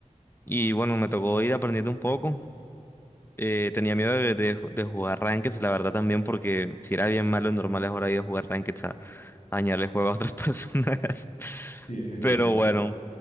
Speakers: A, on the left (about 15°); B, on the left (about 70°).
A: Y bueno, me tocó ir aprendiendo un poco. Eh, tenía miedo de, de- de jugar rankeds, la verdad también, porque si era bien malo en normales, ahora iba a jugar rankeds a, a dañarle el juego a otras <laughs> personas.
B: Sí, sí, sí.
A: Pero bueno.